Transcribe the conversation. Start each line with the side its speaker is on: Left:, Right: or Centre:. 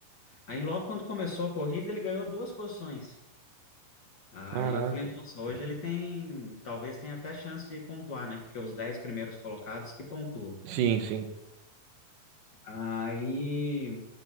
Left: aí logo quando começou a corrida, ele ganhou duas posições. Aí
Right: Caraca.
Left: eu falei, nossa, hoje ele tem, talvez tenha até chance de pontuar, né? Porque os 10 primeiros colocados que pontuam.
Right: Sim, sim.
Left: Aí